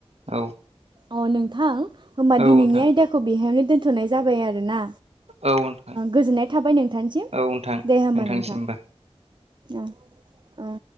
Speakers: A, on the right; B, on the right.
A: औ
B: अ नोंथां होमबा
A: नोंथां
B: दिनैनि आयदाखौ बेहायनो दोन्थ'नाय जाबाय आरो ना
A: औ नोंथां
B: गोजोननाय थाबाय नोंथांसिम
A: औ नोंथां
B: दे होमबा
A: नोंथांनिसिमबो
B: नोंथां औ ओ